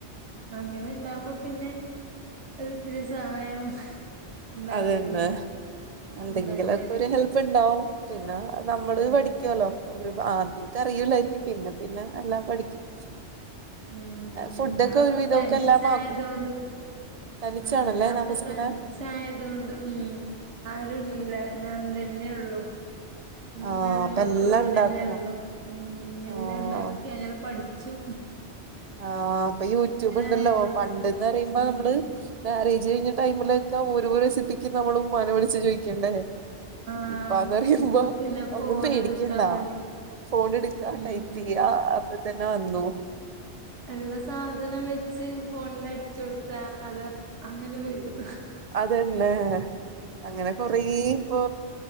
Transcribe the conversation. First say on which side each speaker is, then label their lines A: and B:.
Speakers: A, on the right; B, on the right.
A: അങ്ങനെ ഇണ്ടാവുമ്പോ പിന്നെ ഒരുത്തിരി സഹായം ഉണ്ടാവില്ലേ
B: അതന്നെ എന്തെങ്കിലൊക്കെ
A: ഉണ്ടാക്കാനൊക്കെ
B: ഒരു ഹെൽപ് ഉണ്ടാവും പിന്നെ നമ്മള്
A: ആ
B: പഠിക്കുവല്ലോ ഒരു ആദ്യക്കെ അറൂലായിരിക്കും പിന്നെ പിന്നെ എല്ലാം പഠിക്കും.
A: ഉം ഉം
B: ഫുഡൊക്കെ
A: ഞാൻ
B: ഒരു
A: ഇപ്പൊ
B: വിധവൊക്കെ
A: തനിച്ചായതൊണ്ട്
B: എല്ലാം ആക്കും തനിച്ചാണല്ലേ
A: ആഹ് നാപ്പതനിച്ചായ
B: താമസിക്കണേ
A: അതുകൊണ്ട് ഉം ആരുല്ല ഞാൻ തന്നെള്ളു ഉം
B: ആഹ്
A: ഞാനും
B: അപ്പൊ
A: മക്കളും
B: എല്ലാം
A: ഓലെന്നെള്ളു
B: ഇണ്ടാക്കണം
A: ഉം എല്ലാണ്ടാക്കി
B: ആഹ്
A: അങ്ങനെ പഠി ച്ചു
B: ആഹ് പ്പൊ യൂട്യൂബ് ഉണ്ടല്ലോ
A: ആയതൊണ്ട്
B: പണ്ടന്ന് പറയുമ്പോ
A: ഉം
B: നമ്മള് വേ കഴിഞ്ഞ ടൈമിലൊക്കെ ഓരോ റെസിപ്പിക്ക് നമ്മള് ഉമ്മാനെ വിളിച്ചു ചോദിക്കണ്ടേ?
A: ആ
B: ഇപ്പന്ന് പറയുമ്പോ
A: ഇപ്പൊ പിന്നെ ഫോൺ
B: ഒന്നും പേടിക്കണ്ടാ.
A: എടുത്താ മതി
B: ഫോൺ എടുക്കാ
A: ഉം
B: ടൈപ്പ് ചെയ്യാ അപ്പൊ തന്നെ വന്നു.
A: ഉള്ള സാധനം വെച്ച് ഫോണിൽ അടിച്ചു കൊടുത്ത അത അങ്ങനെ വരും.
B: അതന്നെ അങ്ങനെ കൊറേ ഇപ്പൊ